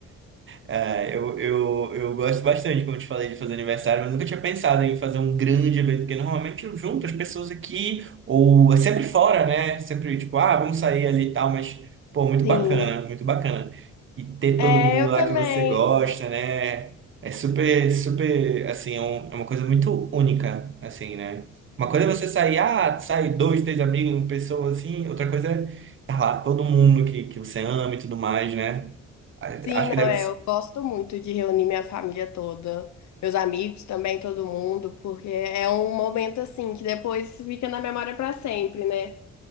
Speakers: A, on the right; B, on the left.
A: Ah, eu, eu, eu gosto bastante, como eu te falei, de fazer aniversário, mas nunca tinha pensado em fazer um grande evento, porque normalmente eu junto as pessoas aqui, ou é sempre fora, né? Sempre tipo, ah, vamos sair ali e tal, mas, pô, muito
B: Sim.
A: bacana, muito bacana. E ter
B: É,
A: todo mundo
B: eu
A: lá
B: também.
A: que você gosta, né? É super, super, assim, é um- é uma coisa muito única, assim, né? Uma coisa é você sair, ah, sair dois, três amigos, uma pessoa assim, outra coisa é tá lá todo mundo que, que você ama e tudo mais, né? A-
B: Sim,
A: Acho que deve
B: não, é,
A: ser.
B: eu gosto muito de reunir minha família toda, meus amigos também, todo mundo, porque é um momento assim que depois fica na memória para sempre, né?